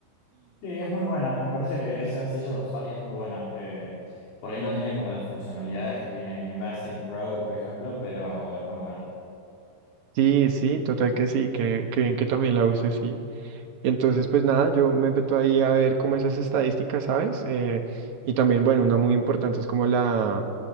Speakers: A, on the left; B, on the right.
A: Sí, es muy buena. Me parece que es sencilla de usar y es muy buena. Eh, por ahí no tiene como las funcionalidades que tiene Investing Pro, por ejemplo, pero es muy buena.
B: Sí, sí, total que sí, que, que bien que también la use, sí. Y entonces, pues nada, yo me meto ahí a ver como esas estadísticas, ¿sabes? Eh, y también, bueno, una muy importante es como la,